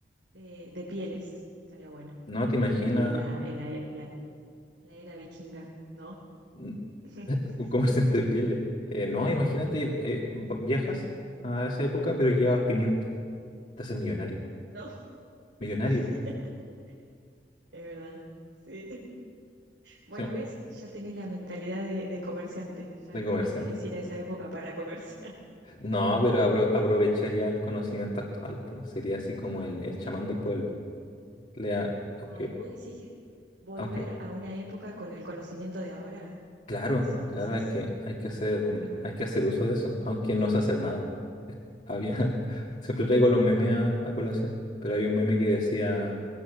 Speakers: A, on the right; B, on the left.
A: de, de pieles, estaría bueno.
B: No,
A: Te
B: te
A: imagino
B: imaginas
A: ahí en la, en la, e- la- en la era vikinga, ¿no?
B: mm,
A: <laughs>
B: un comerciante de pieles. Eh, no, imagínate, eh, va- viajas a esa época, pero llevas pimienta. Te haces millonario.
A: No,
B: Millonario.
A: <laughs> es verdad, sí. Bueno,
B: sí,
A: ¿ves? Ya tenés la mentalidad de, de comerciante. Ya
B: de
A: al menos
B: comerciante.
A: querés ir a esa época para comerciar. <laughs>
B: No, pero apro- aprovecharía el conocimiento actual. pues. Sería así como el, el chamán del pueblo. Le da-
A: Ah,
B: ok,
A: vos decís volver
B: aunque,
A: a una época con el conocimiento de ahora.
B: Claro,
A: Eso decís.
B: claro, hay que, hay que hacer,
A: Ah,
B: un- hay que hacer uso de eso, aunque no sé hacer nada. Es- Había, <laughs> siempre traigo los memes a, a colación, pero había un meme que decía,